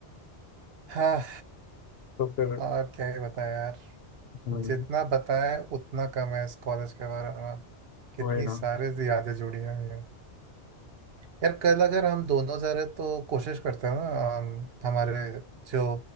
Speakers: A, on the right; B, on the left.
A: हाँ
B: तो फिर
A: और क्या ही बताएं यार
B: हम्म,
A: जितना बताएं उतना कम है इस कॉलेज के बारे में कितनी
B: वही ना
A: सारी यादें जुड़ी हैं यार कल अगर हम दोनों जा रहे तो कोशिश करते हैं ना हम हमारे जो